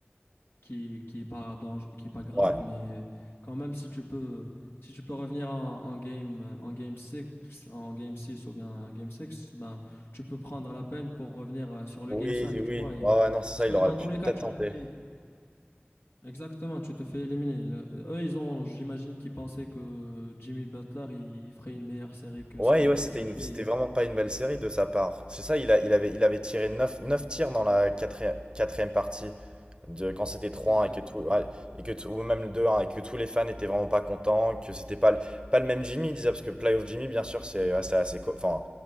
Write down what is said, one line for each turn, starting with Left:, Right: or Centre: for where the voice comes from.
Left: qui qui est pas dangereux, qui est pas grave,
Right: Ouais.
Left: mais quand même, si tu peux, si tu peux revenir en, en game, euh, en game six en game 6 ou bien en game six ben, tu peux prendre la peine pour revenir euh, sur le
Right: Oui,
Left: game cinq
Right: oui.
Left: tu vois. Et,
Right: Ouais, ouais, non, c'est
Left: parce
Right: ça,
Left: que
Right: il aurait
Left: dans
Right: pu
Left: tous les
Right: peut-être
Left: cas, tu
Right: tenter.
Left: te fais, exactement, tu te fais éliminer. Euh, Eux, ils ont, j'imagine qu'ils pensaient que Jimmy Butler, il, il ferait une meilleure série que
Right: Ouais,
Left: ce qu'il
Right: et ouais, c'était
Left: ce qu'il a
Right: une,
Left: fait.
Right: c'était vraiment
Left: et-
Right: pas une belle série de sa part. C'est ça, il a, il avait, il avait tiré neuf neuf tirs dans la quatrième, quatrième partie de quand c'était trois
Left: Exactement.
Right: 1 et que tout, ouais, et que tout- ou même le 2-1 et que tous les fans étaient vraiment pas contents, que c'était pas, le- pas le même Jimmy, il disait, parce que Playoff Jimmy, bien sûr, c'est, ouais, c'est assez, co- enfin,